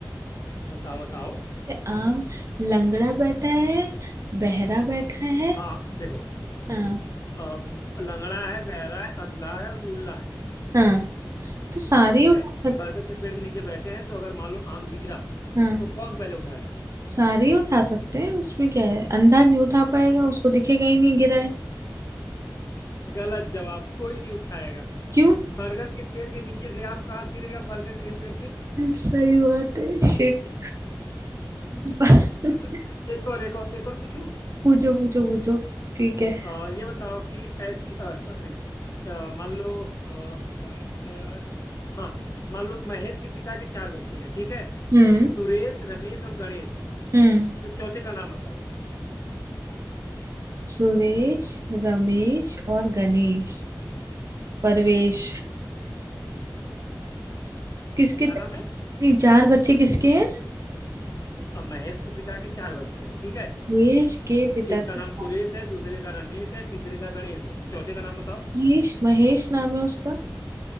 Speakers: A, on the left; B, on the right.
A: बताओ बताओ
B: से आम लंगड़ा बैठा है बहरा बैठा है
A: हाँ देखो
B: हाँ
A: अब लंगड़ा है बहरा है अंधा है और लुल्ला है
B: हाँ तो सारे
A: ठीक
B: ही उठा
A: है
B: सकते
A: बरगद के पेड़ के नीचे बैठे हैं तो अगर मान लो आम गिरा
B: हाँ
A: तो कौन पहले उठाएगा
B: सारे ही उठा सकते हैं उसमें क्या है अंधा नहीं उठा पाएगा उसको दिखेगा ही नहीं गिरा है
A: गलत जवाब कोई नहीं उठाएगा
B: क्यों
A: बरगद के पेड़ के नीचे से आम कहाँ से गिरेगा बरगद के पेड़ से
B: सही बात है शिट <laughs>
A: <laughs> एक और एक और एक और पूछूं
B: पूछो पूछो पूछो ठीक है
A: आ, ये बताओ कि ऐसी सॉरी मान लो अ, क्या था यार हाँ मान लो महेश के पिता के चार बच्चे हैं ठीक है
B: हम्म
A: सुरेश रमेश और गणेश
B: हम्म
A: तो चौथे का नाम बताओ
B: सुरेश रमेश और गणेश परवेश किसके
A: क्या नाम है
B: नहीं, चार बच्चे किसके हैं
A: अ, महेश के पिता के चार बच्चे हैं ठीक है
B: महेश के पिता
A: एक
B: के
A: का
B: साथ।
A: नाम सुरेश है दूसरे का रमेश है तीसरे का गणेश है तो चौथे का नाम बताओ
B: महेश महेश नाम है उसका